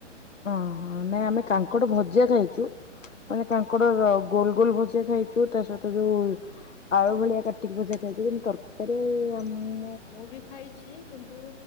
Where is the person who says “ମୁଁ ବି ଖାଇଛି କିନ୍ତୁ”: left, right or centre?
Left